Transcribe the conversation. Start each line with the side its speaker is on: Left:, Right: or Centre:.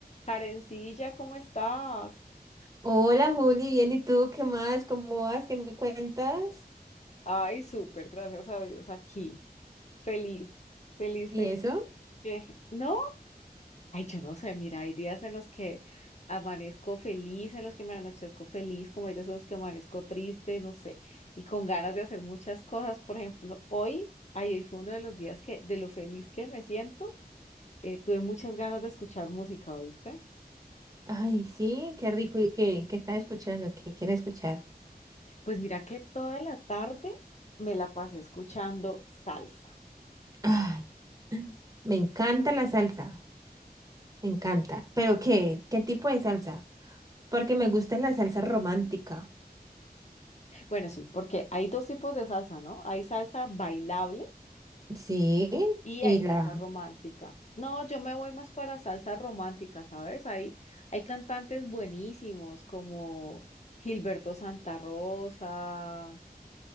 Left: Jarencilla, ¿cómo estás?
Right: Hola Juli, bien, ¿y tú qué más? ¿Cómo vas? ¿Qué me cuentas?
Left: Ay, súper, gracias a Dios, aquí. Feliz, feliz,
Right: ¿Y
Left: feliz.
Right: eso?
Left: que- ¿No? Ay, yo no sé, mira, hay días en los que amanezco feliz, en los que me anochezco feliz, como hay días en los que amanezco triste, no sé, y con ganas de hacer muchas cosas. Por ejemplo, hoy, ay, hoy fue uno de los días que, de lo feliz que me siento, eh, tuve muchas ganas de escuchar música, ¿oíste?
Right: Ay, sí, qué rico. ¿Y qué? ¿Qué estás escuchando? ¿Qué quieres escuchar?
Left: Pues mira que toda la tarde me la pasé escuchando salsa.
Right: Ay, me encanta la salsa, me encanta. ¿Pero qué? ¿Qué tipo de salsa? Porque me gusta la salsa romántica.
Left: Bueno, sí, porque hay dos tipos de salsa, ¿no? Hay salsa bailable
Right: Sí,
Left: y
Right: y
Left: hay salsa
Right: la
Left: romántica. No, yo me voy más para salsa romántica, ¿sabes? Hay, hay cantantes buenísimos como Gilberto Santa Rosa,